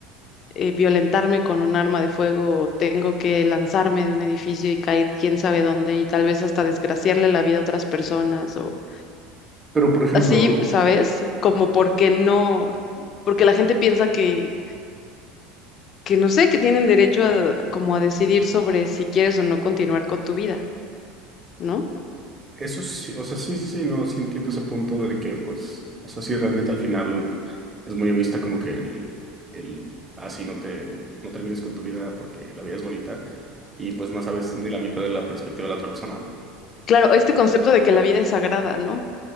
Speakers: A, on the left (about 45°); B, on the right (about 20°).
A: eh, violentarme con un arma de fuego, o tengo que lanzarme de un edificio y caer quién sabe dónde y tal vez hasta desgraciarle la vida a otras personas o
B: Pero por ejemplo,
A: así, ¿sabes? Como porque no, porque la gente piensa que, que no sé, que tienen derecho a, como a decidir sobre si quieres o no continuar con tu vida, ¿no?
B: Eso sí, o sea, sí, sí, sí, no, sí entiendo ese punto de que, pues, o sea, sí, realmente al final es muy egoísta como que el, el, así no te, no termines con tu vida porque la vida es bonita y pues no sabes ni la mitad de la perspectiva de la otra persona.
A: Claro, este concepto de que la vida es sagrada, ¿no?